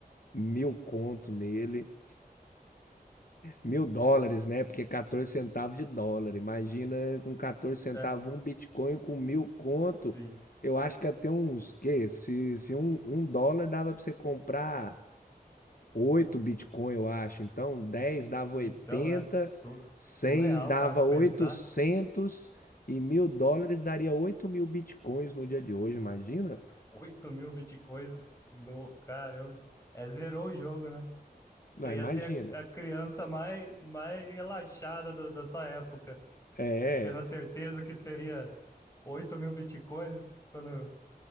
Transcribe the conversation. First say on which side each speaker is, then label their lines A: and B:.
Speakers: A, on the left (about 60°); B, on the left (about 20°).
A: mil conto nele, mil dólares, né? Porque 14 centavos de dólar. Imagina com 14 centavos
B: é,
A: um Bitcoin com mil conto.
B: sim.
A: Eu acho que até uns, que se, se um, um dólar dava para você comprar 8 Bitcoin, eu acho. Então, 10 dava oitenta
B: Então, né? su-
A: 100
B: surreal
A: dava
B: parar pra
A: 800
B: pensar.
A: e mil dólares daria oito mil Bitcoins no dia de hoje, imagina?
B: oito mil bitcoins no. Caramba. É, zerou o jogo, né? Você
A: Não, imagina.
B: ia ser a, a criança mais, mais relaxada do- da sua época,
A: É,
B: tendo a certeza que teria oito mil bitcoins quando,